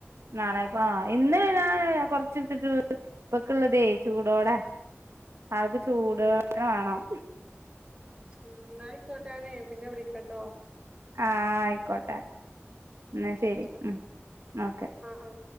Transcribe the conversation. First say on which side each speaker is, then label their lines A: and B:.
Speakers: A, on the right; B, on the right.
A: നാളേക്കു ആ ഇന്ന് ഞാൻ കൊറച്ച് എടത്ത്ട്ട് ഇപ്പക്ക്ള്ളത് ചൂടോടെ ആൾക്ക് ചൂടോട്ക്കവാണം
B: ഉം ഉം ഉം ന്നാ ആയിക്കോട്ടെ നാനെ പിന്നെ വിളിക്കട്ടോ
A: ആ ആയിക്കോട്ടെ ഇന്നാ ശെരി
B: ഓക്കെ
A: ഉം ഓക്കെ
B: ആഹ് ആഹ്